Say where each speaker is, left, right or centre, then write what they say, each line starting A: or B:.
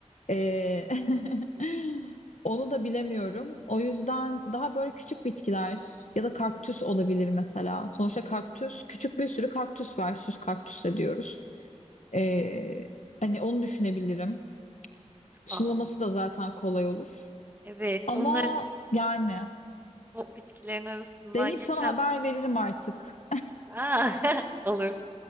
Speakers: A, on the left; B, on the right.
A: Ee, <laughs> onu da bilemiyorum. O yüzden daha böyle küçük bitkiler ya da kaktüs olabilir mesela. Sonuçta kaktüs, küçük bir sürü kaktüs var. Süs kaktüs de diyoruz. Ee, hani onu düşünebilirim. Sulaması
B: Aa,
A: da zaten kolay olur.
B: evet,
A: Ama
B: onlar
A: yani
B: o bitkilerin arasından
A: deneyip
B: geçen.
A: sana haber veririm artık.
B: Aa, <laughs> olur.